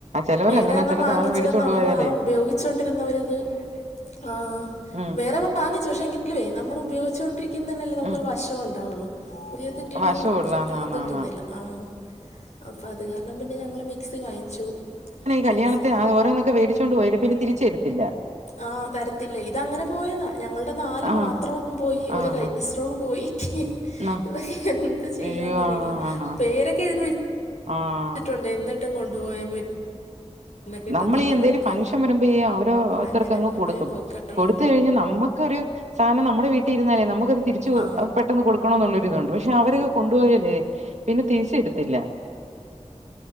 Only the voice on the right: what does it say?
ചെലോര്
അങ്ങനാ
ചെല
സാധനം മേടിച്ചോണ്ട്
പോയാലേ
ഉം
ഉം
വശമുള്ളാന്നാന്നാന്ന്
കല്യാണൊക്കെ
ആയി, ഓരോന്നൊക്കെേടിച്ചൊണ്ട് പോയിട്ട പിന്നെ തിരിച്ചുതരുത്തില്ല.
ആഹ്
ആഹ്
ആഹ്
ന്നാ
അയ്യോ ആഹ് ആഹ്
ആഹ്
നമ്മൾ ഈ എന്തേലും
ഫംഗഷൻ വരുമ്പോ ഈ ഓരോരുത്തർക്ക്
അങ്ങ്
കൊടുക്കും
കൊടുത്ത് കഴിഞ്ഞഞ നമ്മുക്കൊരു സാധനം നമ്മുടെ വീട്ടിൽരുന്നാലേ നമുക്കത് തിരിച്ച് കൊ
പെട്ടെന്ന് കൊടുക്കണന്നുള്ളരിതുണ്ട്, പക്ഷെ അവരത് കൊണ്ടുപോയാലേ പിന്നെ തിരിച് തരത്തില്ല